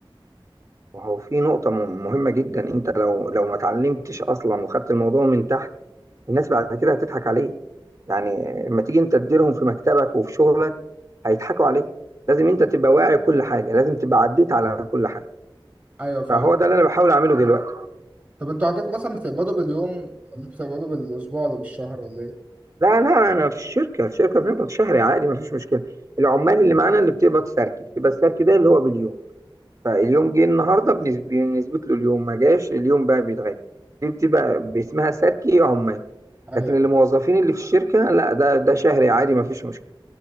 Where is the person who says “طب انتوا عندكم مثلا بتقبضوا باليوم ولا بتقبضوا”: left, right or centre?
Right